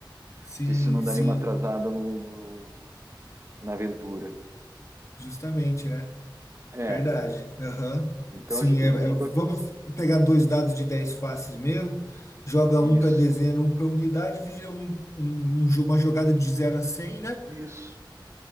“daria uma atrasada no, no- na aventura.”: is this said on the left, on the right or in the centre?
Right